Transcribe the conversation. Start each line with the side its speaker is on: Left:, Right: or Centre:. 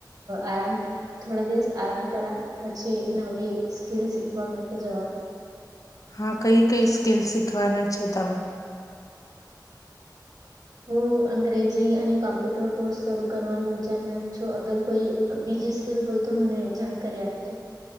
Right: આરામ થોડા દિવસ આરામ કરા પછી નવી સ્કીલ શીખવા માટે જવા
Left: હા કઈ કઈ સ્કીલ શીખવાના છો તમે
Right: હું અંગ્રેજી અને કોમ્પ્યુટર કોર્સ શરૂ કરવાનું વિચારી રહી છું અગર કોઈ બીજી સ્કીલ હોય તો મને જાણકારી આપજો